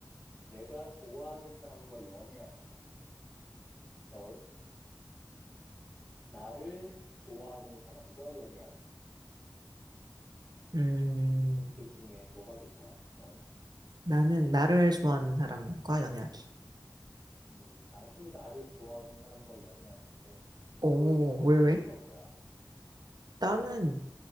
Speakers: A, on the left (about 15°); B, on the right (about 60°).
A: 내가 좋아하는 사람과 연애하기. vs 나를 좋아하는 사람과 연애하기.
B: 음,
A: 둘 중에 뭐가 더 좋아? 넌?
B: 나는 나를 좋아하는 사람과 연애하기.
A: 음, 나도 나를 좋아하는 사람과 연애해야 되는데,
B: 오,
A: 그걸 고른
B: 왜, 왜?
A: 이유가 뭐야?
B: 나는